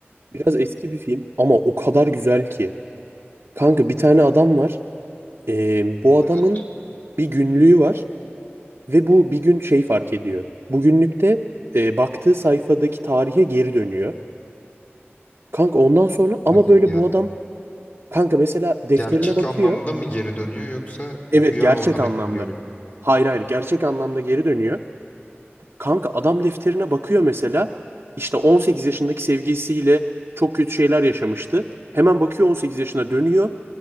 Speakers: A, on the right; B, on the left.
A: biraz eski bir film ama o kadar güzel ki. Kanka bir tane adam var. E, bu adamın
B: Evet.
A: bir günlüğü var. Ve bu bir gün şey fark ediyor. Bugünlükte e, baktığı sayfadaki tarihe geri dönüyor. Kanka ondan sonra ama
B: Nasıl
A: böyle
B: yani?
A: bu adam kanka mesela defterine
B: Gerçek
A: bakıyor.
B: anlamda mı geri dönüyor yoksa
A: Evet
B: rüya
A: gerçek
B: olarak
A: anlamda.
B: mı görüyor?
A: Hayır hayır gerçek anlamda geri dönüyor. Kanka adam defterine bakıyor mesela. İşte 18 yaşındaki sevgilisiyle çok kötü şeyler yaşamıştı. Hemen bakıyor 18 yaşına dönüyor.